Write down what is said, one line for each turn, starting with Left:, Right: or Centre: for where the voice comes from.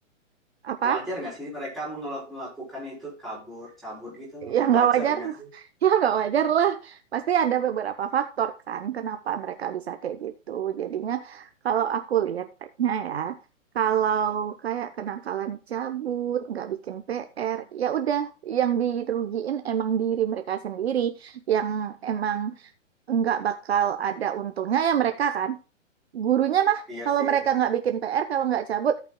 Right: apa?
Centre: Wajar nggak sih mereka mengel- melakukan itu kabur, cabut gitu?
Right: ya nggak
Centre: Wajar
Right: wajar
Centre: nggak
Right: <laughs>
Centre: sih?
Right: ya nggak wajar lah pasti ada beberapa faktor kan kenapa mereka bisa kayak gitu jadinya kalau aku lihatnya ya kalau kayak kenakalan cabut nggak bikin PR ya udah yang dirugiin emang diri mereka sendiri yang emang nggak bakal ada untungnya ya mereka kan gurunya mah
Centre: Iya
Right: kalau
Centre: sih.
Right: mereka nggak bikin PR kalau nggak cabut